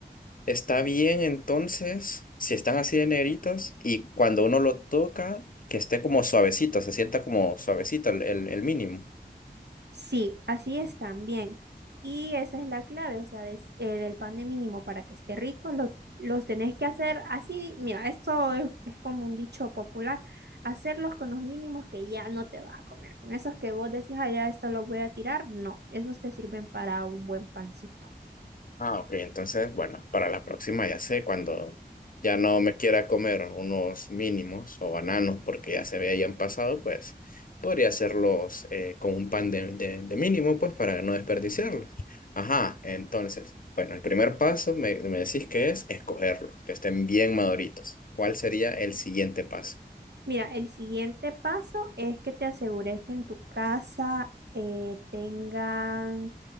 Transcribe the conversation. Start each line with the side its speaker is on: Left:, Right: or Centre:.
Left: ¿está bien entonces si están así de negritos y cuando uno lo toca, que esté como suavecito, se sienta como suavecito el, el, el mínimo?
Right: Sí, así es también. Y esa es la clave, o sea, des- eh, del pan de mínimo para que esté rico, lo- los tenés que hacer así. Mira, esto es, es como un dicho popular, hacerlos con los mínimos que ya no te vas a comer. Con esos que vos decís, ah, ya esto lo voy a tirar, no, esos te sirven para un buen pancito.
Left: Ah, ok, entonces, bueno, para la próxima ya sé, cuando ya no me quiera comer unos mínimos o bananos porque ya se me hayan pasado, pues podría hacerlos eh, con un pan de, de- de mínimo, pues para no desperdiciarlos. Ajá, entonces, bueno, el primer paso me, me decís que es escogerlos, que estén bien maduritos. ¿Cuál sería el siguiente paso?
Right: Mira, el siguiente paso es que te asegures que en tu casa eh, tengan